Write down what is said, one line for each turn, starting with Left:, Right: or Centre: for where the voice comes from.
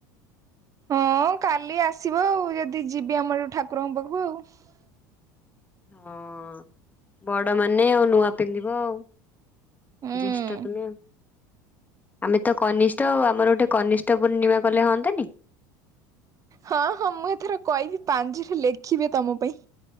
Right: ହଁ କାଲି ଆସିବ ଆଉ ଯଦି ଯିବି ଆମର ଏଉ ଠାକୁରଙ୍କ ପାଖକୁ ଆଉ।
Left: ହଁ ବଡ ମାନେ ଆଉ ନୂଆ ପିନ୍ଧିବ ଆଉ।
Right: ହୁଁ।
Left: ଜ୍ୟେଷ୍ଠ ତୁମେ ଆଉ। ଆମେ ତ କନିଷ୍ଠ ଆମର ଗୋଟେ କନିଷ୍ଠ ପୂର୍ଣ୍ଣିମା କଲେ ହନ୍ତାନି।
Right: ହଁ ହଁ ମୁଁ ଏଥର କହିବି ପାଞ୍ଜିରେ ଲେଖିବେ ତମ ପାଇଁ।